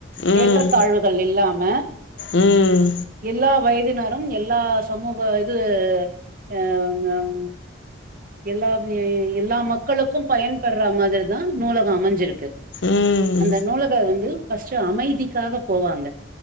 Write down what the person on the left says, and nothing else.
ம்
ம்
ம்